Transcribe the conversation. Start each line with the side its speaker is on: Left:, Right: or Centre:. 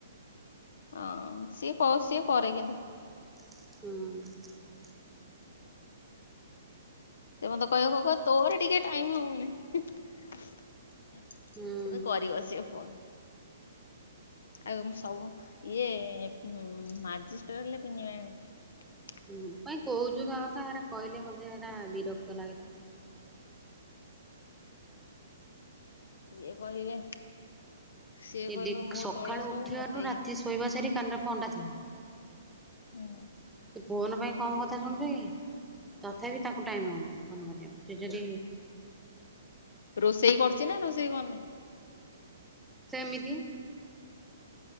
Left: ହଁ ସିଏ କରେ କିନ୍ତୁ
Centre: ହଁ।
Left: ସେ ମତେ କହିବ କ କହ ତୋର ଟିକେ ଟାଇମ ହଉନି। କିନ୍ତୁ
Centre: ହୁଁ
Left: କରିବ ସିଏ ଫୋନ୍। ଆଉ ଏମ୍ ସବୁ ଇଏ ଉଁ ମାଜିଷ୍ଟର୍ ହେଲେ <unintelligible>
Centre: ହୁଁ କାଇଁ କହୁଛୁ ତା କଥା ହେଟା କହିଲେ ମତେ ଏଟା ବିରକ୍ତ ଲାଗେ ତାକୁ।
Left: ସିଏ କହିବେ। ସିଏ
Centre: ସେ
Left: କହିବେ ମୋ
Centre: ସକାଳୁ
Left: ତଳେ ସବୁ
Centre: ଉଠିବାରୁ
Left: ମତେ
Centre: ରାତି
Left: ଇଏ
Centre: ଶୋଇବା ସାରିକ କାନରେ ଫୋନଟା ଥିବ।
Left: ହୁଁ।
Centre: ସେ ଫୋନ ପାଇଁ କମ କଥା ଶୁଣୁଛୁ କି ତଥାପି ତାଙ୍କୁ ଟାଇମ୍ ହଉନି ଫୋନ୍ କରିବାକୁ ସେ ଯଦି
Left: ରୋଷେଇ କରୁଛି ନା ରୋଷେଇ କନି
Centre: ସେମିତି